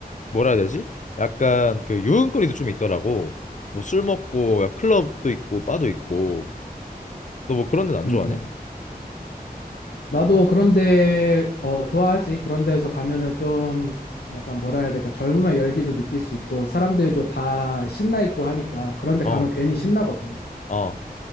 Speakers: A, on the left; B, on the left.
A: 뭐라 해야 되지? 약간 그 유흥거리도 좀 있더라고. 뭐 술 먹고 야, 클럽도 있고 바도 있고 너 뭐 그런 데는 안
B: 응,
A: 좋아하냐?
B: 응. 나도 그런데 어 좋아하지. 그런 데서 가면은 좀 약간 뭐라 해야 될까? 젊음의 열기도 느낄 수 있고 사람들도 다 신나 있고 하니까 그런데
A: 어,
B: 가면 괜히 신나거든.
A: 어.